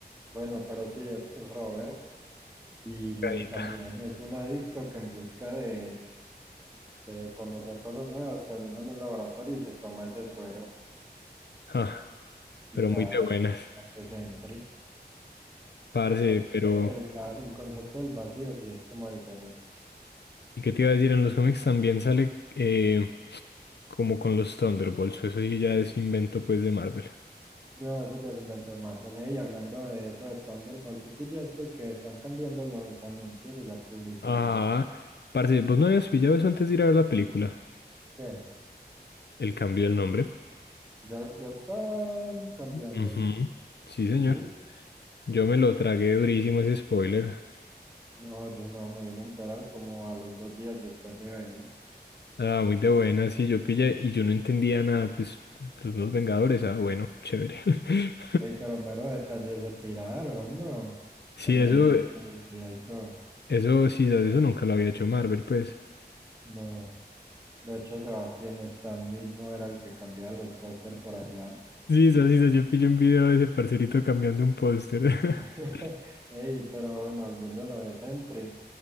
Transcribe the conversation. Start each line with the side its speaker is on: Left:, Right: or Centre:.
Right: Bueno, pero sí, es, es Robert. Y
Left: Caída.
Right: también es un adicto que en busca de, de conocer cosas nuevas termina en un laboratorio y se toma ese suero
Left: Ah, pero
Right: y ya
Left: muy de buenas.
Right: es antes de entry.
Left: Parce,
Right: O sea,
Left: pero.
Right: El, la- el concepto del vacío sí es como diferente.
Left: ¿Y qué te iba a decir? En los cómics también sale eh, como con los Thunderbolts. Eso sí ya es invento pues de Marvel.
Right: No, eso ya se inventó Marvel. eh, Y hablando de eso de Thunderbolts, ¿sí pillaste que están cambiando los anuncios y las publicidades?
Left: Ah, parce, ¿vos no habías pillado eso antes de ir a ver la película?
Right: ¿Qué?
Left: El cambio del nombre.
Right: ¿Ya, ya estaban cambiándolo?
Left: Ujú. Sí, señor.
Right: ¿Sí?
Left: Yo me lo tragué durísimo ese spoiler.
Right: No, yo no me vine a enterar como a los dos días después de verla.
Left: Ah, muy de buena, sí, yo pillé y yo no entendía nada, pues, los nuevos Vengadores, ah, bueno, chévere. <laughs>
Right: Ey, pero mero detalles se tiraron, ¿no?
Left: Sí,
Right: Cambiando
Left: eso,
Right: la publicidad y todo.
Left: eso, sí, sas, eso nunca lo había hecho Marvel, pues.
Right: No. De hecho, Sebastián Stan mismo era el que cambiaba los póster por allá.
Left: Sí, sí, sí, yo pillé un video de ese parcerito cambiando un póster.
Right: <laughs>
Left: <laughs>
Right: Ey, pero bueno, volviendo a lo de Sentry,